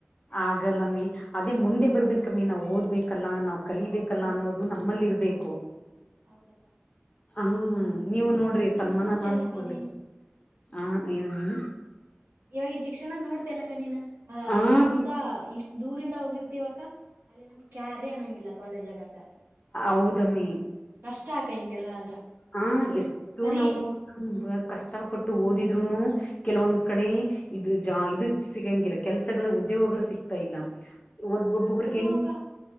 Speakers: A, on the left; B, on the right.
A: ಆಗಲ್ಲಮ್ಮಿ ಅದೇ ಮುಂದೆ ಬರ್ಬೇಕಮ್ಮಿ ನಾವ್ ಓದ್ಬೇಕಲ್ಲಾ ನಾವ್ ಕಲಿಬೇಕಲ್ಲ
B: ಹೌದಕ್ಕ
A: ಅನ್ನೋದು. ಇದು ನಮ್ಮಲ್ಲಿ ಇರ್ಬೇಕು.
B: ಹೌದಕ್ಕ.
A: ಹಾ ನೀವು ನೋಡ್ರಿ
B: ಇವಾಗಿನ್
A: ಸನ್ಮಾನ
B: ನೋಡ್ತಿಲ್ಲಕ್ಕ
A: ಮಾಡಸ್ಕೊಂಡ್ರಿ
B: ನೀನು
A: ಹ ಏನ ನಮ್ಮೀ.
B: ಇವಾಗಿ ಈ ಶಿಕ್ಷಣ ನೋಡ್ತಿಲಕ್ಕ ನೀನ್ ಅ
A: ಹ
B: ಅಷ್ಟಕ್ಕೊಂದ ಇಷ್ಟ ದೂರಿಂದ ಹೋಗಿರ್ತಿವಕ್ಕ ಅಲ್ಲಿ ನಮ್ಗ್ ಕ್ಯಾರಿ ಅನ್ನಂಗಿಲ್ಲ ಕಾಲೇಜ್ ಆಗಕ.
A: ಹೌದಮ್ಮಿ.
B: ಕಷ್ಟ ಆಕ ಹಿಂಗೆಲ್ಲ ಆದ್ರ.
A: ಹಾ ಎಷ್ಟು
B: ಬರೀ
A: ನಾವು ಕಷ್ಟಪಟ್ಟು ಓದಿದ್ರುನು. ಕೆಲವೊಂದ್ ಕಡೆ ಇದು ಜಾ ಇದದು ಸಿಗಂಗಿಲ್ಲ ಕೆಲ್ಸಗಳು ಉದ್ಯೋಗಗಳು ಸಿಗ್ತಾ ಇಲ್ಲ. ಒಬ್ ಒಬ್ಬೊಬ್ರಿಗೆ
B: ಹೌದು
A: ಹೆಂಗ
B: ಅಕ್ಕ